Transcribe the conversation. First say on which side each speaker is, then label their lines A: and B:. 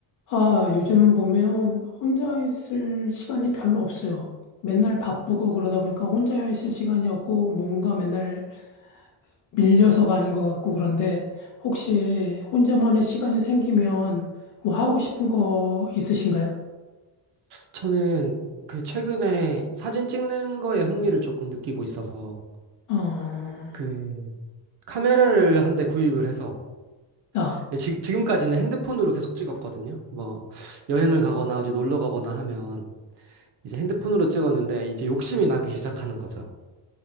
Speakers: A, on the left; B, on the right.
A: 아, 요즘 보면 혼자 있을 시간이 별로 없어요. 맨날 바쁘고 그러다 보니까 혼자 있을 시간이 없고 뭔가 맨날 밀려서 가는 것 같고 그런데 혹시 혼자만의 시간이 생기면 뭐 하고 싶은 거 있으신가요?
B: 저는 그 최근에 사진 찍는 거에 흥미를 조금 느끼고 있어서
A: 어,
B: 그 카메라를 한 대 구입을 해서
A: 나,
B: 네, 지, 지금까지는 핸드폰으로 계속 찍었거든요. 뭐 여행을 가거나 어디 놀러 가거나 하면 이제 핸드폰으로 찍었는데 이제 욕심이 나기 시작하는 거죠.